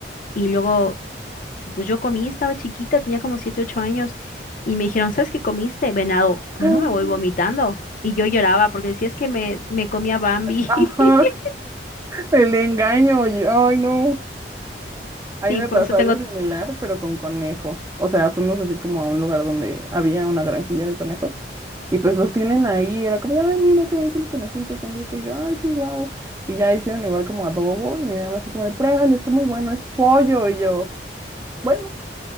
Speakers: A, on the left; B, on the right.
A: Y luego Pues yo comí, estaba chiquita, tenía como 7 8 años, y me dijeron, ¿sabes qué comiste? Venado, pues
B: <laughs>
A: no me voy vomitando. Y yo lloraba porque decía, es que me, me comía Bambi.
B: Ajá,
A: <laughs>
B: el engaño, oye. Ay, no. A mí
A: Sí,
B: me
A: por
B: pasó
A: eso tengo...
B: algo
A: t-
B: similar, pero con conejos. O sea, fuimos así como a un lugar donde había una granjilla de conejos. Y pues los tienen ahí. Era como, de, ay, mira qué bonitos los conejitos. Que no sé qué. Y yo, ay, sí, wow. Y ya hicieron igual como adobo. Y mi mamá así como de, pruébalo, está muy bueno, es pollo. Y yo, bueno.